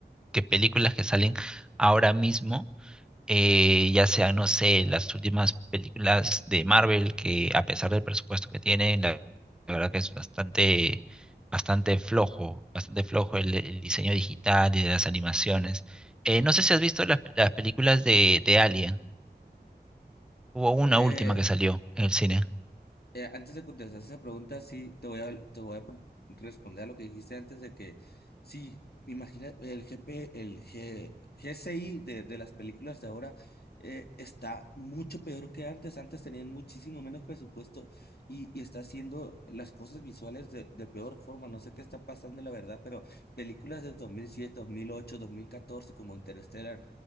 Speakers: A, in the centre; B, on the left (about 65°).
A: que películas que salen ahora mismo eh, ya sea no sé, las últimas películas de Marvel, que a pesar del presupuesto que tienen, la, la verdad que es bastante, bastante flojo, bastante flojo el, el diseño digital y de las animaciones. Eh, no sé si has visto las, las películas de, de Alien. Hubo una
B: Eh,
A: última que salió en el cine.
B: eh, antes de contestar esa pregunta, sí, te voy a, te voy a pre- responder a lo que dijiste antes de que, sí, imagina el G P el G- GCI de, de las películas de ahora eh, está mucho peor que antes. Antes tenían muchísimo menos presupuesto y, y está haciendo las cosas visuales de, de peor forma. No sé qué está pasando, la verdad, pero películas de dos dos mil mil siete dos mil ocho dos mil catorce como Interstellar